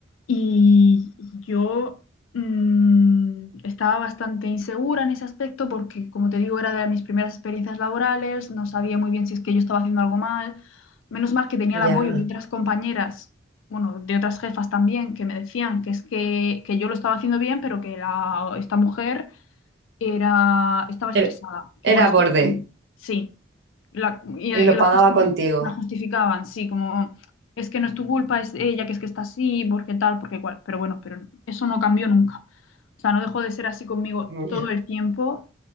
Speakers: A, on the left; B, on the right.
A: y yo mm, estaba bastante insegura en ese aspecto porque, como te digo, era de mis primeras experiencias laborales, no sabía muy bien si es que yo estaba haciendo algo mal. Menos mal que tenía
B: Ya.
A: el apoyo de otras compañeras, bueno, de otras jefas también, que me decían que es que, que yo lo estaba haciendo bien, pero que la, esta mujer era, estaba estresada,
B: Er-
A: que
B: Era
A: por eso
B: borde
A: sí. La, y,
B: y
A: y
B: lo
A: la,
B: pagaba
A: justifi-
B: contigo.
A: la justificaban, sí, como es que no es tu culpa, es ella, que es que está así, porque tal, porque cual. Pero bueno, pero eso no cambió nunca. O sea, no dejó de ser así conmigo
B: Ya.
A: todo el tiempo,